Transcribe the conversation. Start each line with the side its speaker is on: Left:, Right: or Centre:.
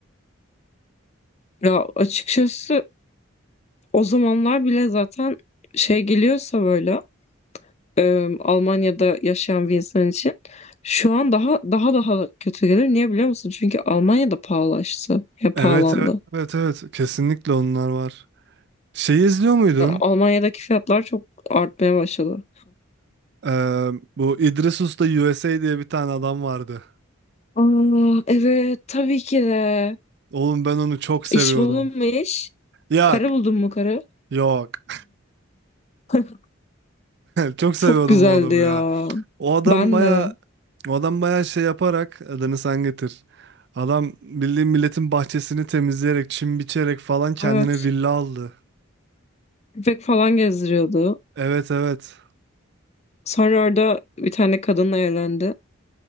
Left: Ya açıkçası o zamanlar bile zaten şey geliyorsa böyle e, Almanya'da yaşayan bir insan için şu an daha daha daha kötü gelir. Niye biliyor musun? Çünkü Almanya'da pahalaştı. Ya
Right: Evet
Left: pahalandı.
Right: evet evet evet. Kesinlikle onlar var. Şey izliyor muydun?
Left: Yani Almanya'daki fiyatlar çok artmaya başladı.
Right: Ee, bu İdris Usta USA diye bir tane adam vardı.
Left: Aa, evet tabii ki de.
Right: Oğlum ben onu çok seviyordum.
Left: İş buldun mu iş?
Right: Yok
Left: Karı buldun mu karı?
Right: yok.
Left: <laughs>
Right: Çok
Left: Çok
Right: seviyordum
Left: güzeldi
Right: o adamı
Left: ya.
Right: ya. O adam
Left: Ben
Right: baya
Left: de.
Right: o adam baya şey yaparak adını sen getir. Adam bildiğin milletin bahçesini temizleyerek, çim biçerek falan kendine
Left: Evet.
Right: villa aldı.
Left: Köpek falan gezdiriyordu.
Right: Evet evet.
Left: Sonra orada bir tane kadınla evlendi.